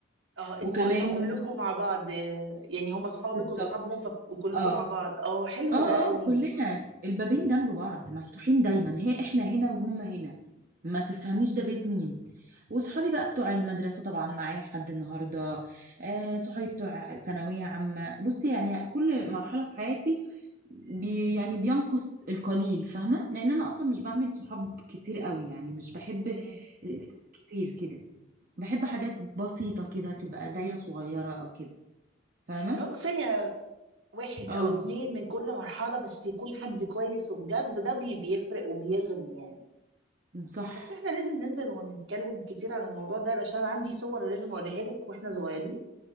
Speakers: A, on the right; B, on the right.
A: اه انتوا
B: وكمان
A: انتوا كلكم مع بعض آه، يعني هم اصحابك
B: بالظبط
A: واصحابهم ف- وكلكم
B: اه
A: مع بعض اه حلو
B: اه
A: ده قوي
B: اه كلنا البابين جنب بعض مفتوحين دايما هي احنا هنا وهم هنا ما تفهميش ده بيت مين وصحابي بقى بتوع المدرسة طبعا معايا لحد النهاردة آه صحابي بتوع ثانوية عامة بصي يعني كل مرحلة في حياتي بي يعني بينقص القليل فاهمه لان انا اصلا مش بعمل صحاب كتير قوي يعني مش بحب
A: مم.
B: ناس كتير كده بحب حاجات بسيطه كده تبقى دايره صغيره او كده فاهمه
A: ما هو كفايه واحد
B: اه
A: او اتنين من كل مرحله بس يكون حد كويس وبجد ده بي- بيفرق وبيغني يعني
B: صح
A: بس احنا لازم ننزل ونتكلم كتير عن الموضوع ده علشان عندي صور لازم اوريها لك واحنا صغيرين